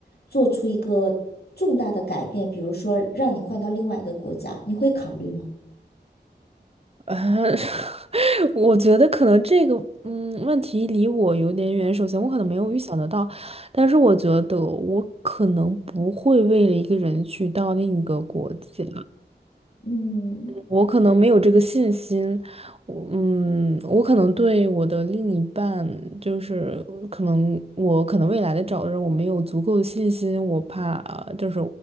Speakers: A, on the left; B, on the right.
A: 做出一个重大的改变，比如说让你换到另外一个国家，你会考虑吗？
B: 呃，<laughs> 我觉得可能这个嗯问题离我有点远。首先，我可能没有预想得到，但是我觉得我可能不会为了一个人去到另一个国家。
A: 嗯，
B: 我可能没有这个信心，我嗯，我可能对我的另一半，就是可能我可能未来的找的人，我没有足够的信心，我怕就是